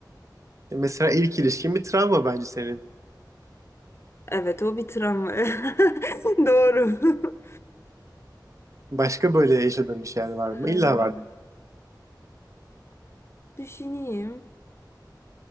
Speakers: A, on the right; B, on the left.
A: E, Mesela ilk ilişkin bir travma bence senin.
B: Evet o bir travma. <laughs> Doğru. <laughs>
A: Başka böyle yaşadığın bir şeyler var
B: Ee,
A: mı? İlla var.
B: düşüneyim.